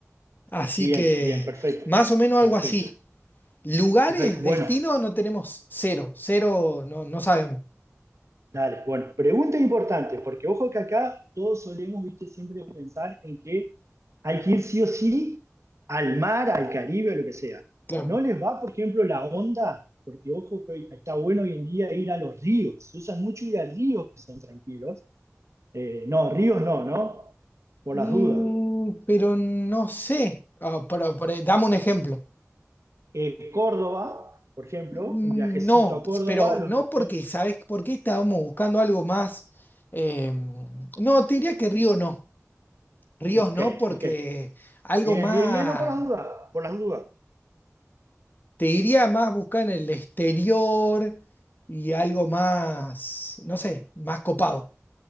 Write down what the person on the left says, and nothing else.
Así
que
más o menos
algo así. Lugares,
destinos
no tenemos cero. Cero, no, no sabemos.
Claro.
Mm,
pero no sé. Ah, pero- pero dame un ejemplo.
Mm,
No,
pero
no
porque,
¿sabes por qué estábamos buscando algo más? eh, no, te diría que río no. Ríos
no, porque
algo
más.
Te diría más buscar en el exterior y algo más, no sé, más copado.